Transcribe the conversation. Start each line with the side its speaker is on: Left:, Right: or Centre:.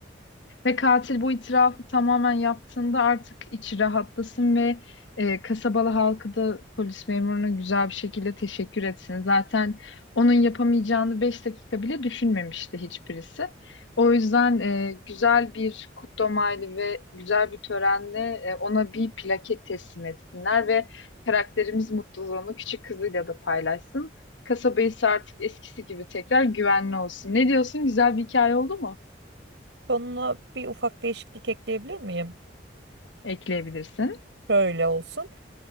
Left: Ve katil bu itirafı tamamen yaptığında artık içi rahatlasın ve e, kasabalı halkı da polis memuruna güzel bir şekilde teşekkür etsin. Zaten onun yapamayacağını 5 dakika bile düşünmemişti hiçbirisi. O yüzden e, güzel bir kutlamayla ve güzel bir törenle e, ona bir plaket teslim etsinler ve karakterimiz mutluluğunu küçük kızıyla da paylaşsın. Kasaba ise artık eskisi gibi tekrar güvenli olsun. Ne diyorsun? Güzel bir hikaye oldu mu?
Right: Sonuna bir ufak değişiklik ekleyebilir miyim?
Left: Ekleyebilirsin.
Right: Şöyle olsun.